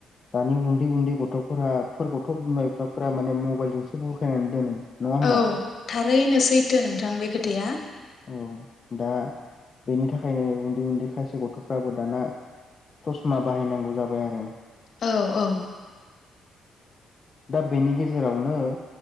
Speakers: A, on the left; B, on the left.
A: दानि उन्दै उन्दै गथ'फोरा फोरखौथ' बिमा बिफाफोरा माने मबाइलजोंसो बुखायनानै दोनो। नङा होमबा
B: औ थारैनो सैथो नोंथां बे खोथ थाया।
A: औ दा बेनि थाखायनो उन्दै उन्दै खायसे गथ'फ्राबो दाना ससमा बाहायनांगौ जाबाय आरो।
B: औ औ
A: दा बेनि गेजेरावनो